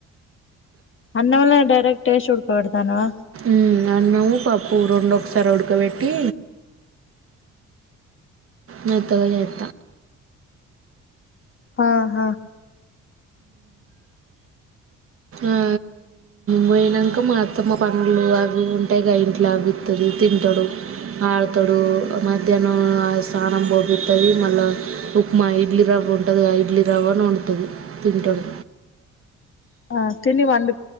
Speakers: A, on the left; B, on the right.
A: అన్నంలో డైరెక్ట్ ఎసి ఉడక పెడ్తాన్నవా
B: మ్ అన్నము పప్పు రొండు ఒక్సార్ ఉడకబెట్టి మెత్తగా చేత్త
A: ఆహ
B: ఆ పొయినంక మా అత్తమ్మ పండ్లు అవి ఉంటయ్ గా ఇంట్ల అవి ఇత్తది తింటడు. ఆడ్తడు మధ్యాహ్నం స్నానం పోపిత్తది మళ్ళా ఉప్మా ఇడ్లీ రవ్వ ఉంటదిగ ఇడ్లీ రవ్వను వండుతది. తింటడు.
A: ఆ తిని వండు